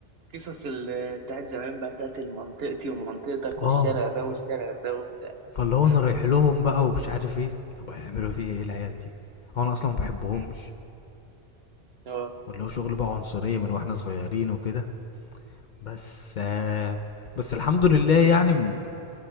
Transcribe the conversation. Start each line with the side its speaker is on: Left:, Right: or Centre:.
Right: قصص ال- بتاعت زمان بقى بتاعت منطقتي ومنطقتك
Left: اه
Right: والشارع ده والشارع ده وبتاع
Left: فاللي هو
Right: مم.
Left: انا رايح لهم بقى ومش عارف ايه طب هيعملوا فيا ايه العيال دي هو انا اصلا ما بحبهمش
Right: مم. اه
Left: واللي هو شغل بقى عنصريه من واحنا صغيرين وكده بس آه بس الحمد لله يعني م-